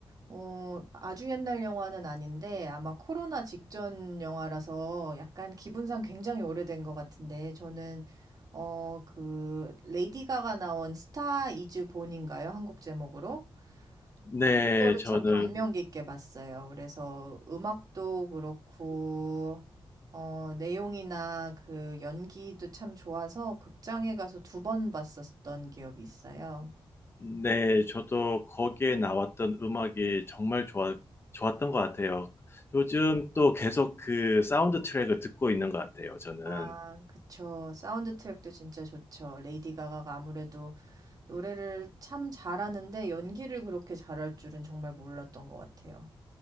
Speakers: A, on the right (about 45°); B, on the left (about 25°).
A: 어, 아주 옛날 영화는 아닌데, 아마 코로나 직전 영화라서 약간 기분상 굉장히 오래된 것 같은데, 저는, 어, 그, 레이디 가가 나온 스타 이즈 본인가요? 한국 제목으로?
B: 네,
A: 그거를
B: 저는
A: 참 감명 깊게 봤어요. 그래서 음악도 그렇고, 어, 내용이나 그 연기도 참 좋아서 극장에 가서 두 번 봤었던 기억이 있어요.
B: 네, 저도 거기에 나왔던 음악이 정말 좋아, 좋았던 것 같아요. 요즘 또 계속 그 사운드 트랙을 듣고 있는 것 같아요, 저는.
A: 아, 그쵸. 사운드 트랙도 진짜 좋죠. 레이디 가가가 아무래도 노래를 참 잘하는데 연기를 그렇게 잘할 줄은 정말 몰랐던 것 같아요.